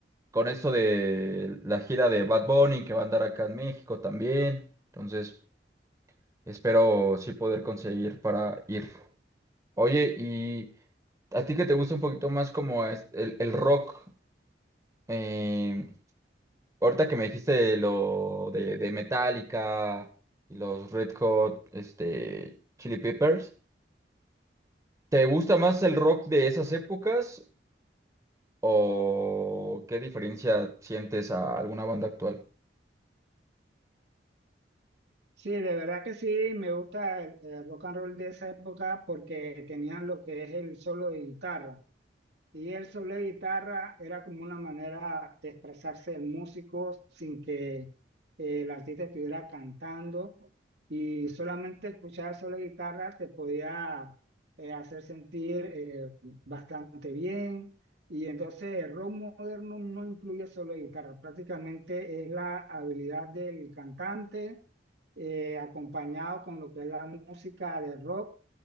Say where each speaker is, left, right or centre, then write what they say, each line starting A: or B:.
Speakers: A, on the right (about 20°); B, on the right (about 70°).
A: con esto de la gira de Bad Bunny que va a andar acá en México también. Entonces, espero sí poder conseguir para ir. Oye, y a ti que te gusta un poquito más como es- el, el rock, em, Ahorita que me dijiste lo de, de Metallica y los Red Hot, este, Chili Peppers, ¿te gusta más el rock de esas épocas o qué diferencia sientes a alguna banda actual?
B: Sí, de verdad que sí, me gusta el, el rock and roll de esa época porque tenían lo que es el solo de guitarra. Y el solo de guitarra era como una manera de expresarse el músico sin que eh, el artista estuviera cantando y solamente escuchar el solo de guitarra te podía eh, hacer sentir eh, bastante bien. Y entonces el rock moderno no incluye solo de guitarra, prácticamente es la habilidad del cantante eh, acompañado con lo que es la música de rock